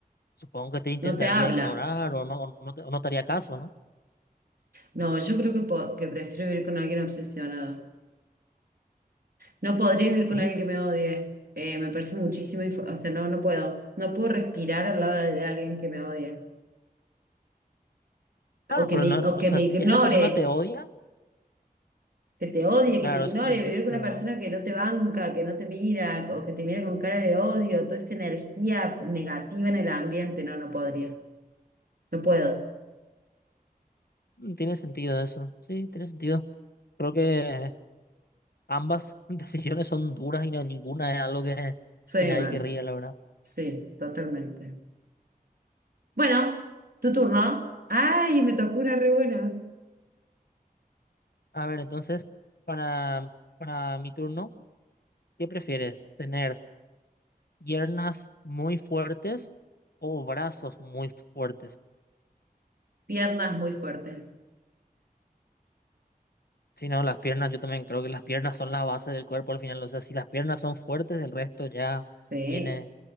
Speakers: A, on the left; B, on the right.
A: supongo que te intentaría
B: No te habla.
A: ignorar o no, o no, te, o no te haría caso, ¿no?
B: No, yo creo que, po- que prefiero vivir con alguien obsesionado. No podría vivir
A: Sí,
B: con alguien
A: pero-
B: que me odie. Eh, me parece muchísimo, inf- o sea, no, no puedo. No puedo respirar al lado de alguien que me odie
A: claro,
B: o que
A: pero
B: me,
A: no, no,
B: o que
A: o sea,
B: me ignore.
A: esa persona te odia,
B: que te odie,
A: claro,
B: que te ignore,
A: eso sí, que-
B: vivir con
A: pero
B: una persona que no te banca, que no te mira, o que te mira con cara de odio, toda esta energía negativa en el ambiente, no, no podría, no puedo,
A: mm, tiene sentido eso, sí, tiene sentido. Creo que ambas <laughs> decisiones son duras y no, ninguna es algo que,
B: soy
A: que nadie
B: mal,
A: querría, la verdad.
B: sí, totalmente. Bueno, tu turno. Ay, me tocó una re buena.
A: A ver, entonces, para, para mi turno, ¿qué prefieres? ¿Tener piernas muy fuertes o brazos muy fuertes.
B: Piernas muy fuertes.
A: Si no, las piernas, yo también creo que las piernas son la base del cuerpo al final. O sea, si las piernas son fuertes, el resto ya
B: Sí.
A: viene,